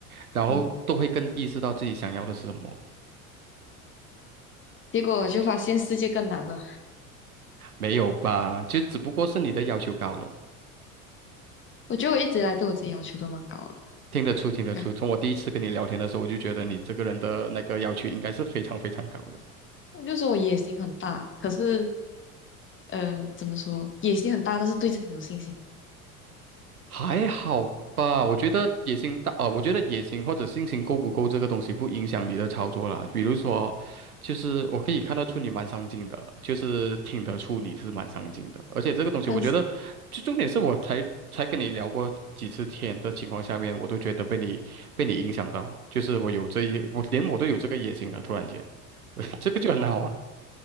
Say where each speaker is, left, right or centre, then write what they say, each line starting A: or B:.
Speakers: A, on the right; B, on the left.
A: 然后都会更意识到自己想要的是什么。
B: 嗯。结果我就发现世界更难了。
A: 没有吧？就只不过是你的要求高了，
B: 我觉得我一直以来对我自己要求都蛮高的，
A: 听得出，听得出。
B: <laughs> 呀
A: 从我第一次跟你聊天的时候，我就觉得你这个人的那个要求应该是非常非常高的。
B: 我就说我野心很大，可是呃，怎么说，野心很大，但是对自己没有信心。
A: 还好吧，我觉得野心大，呃，我觉得野心或者信心够不够这个东西不影响你的操作啦。比如说，就是我可以看得出你蛮上进的，就是听得出你是蛮上进的，而且这个东西我觉得，
B: 但是
A: 就重点是我才才跟你聊过几次天的情况下面，我都觉得被你被你影响到，就是我有这一，我连我都有这个野心了，突然间，<laughs> 这个就很好啊。